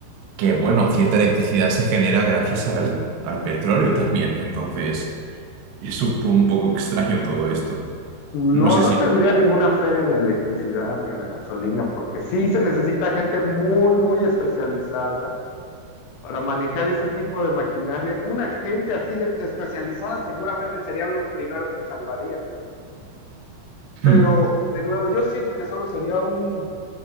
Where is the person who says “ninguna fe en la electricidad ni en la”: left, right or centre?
Left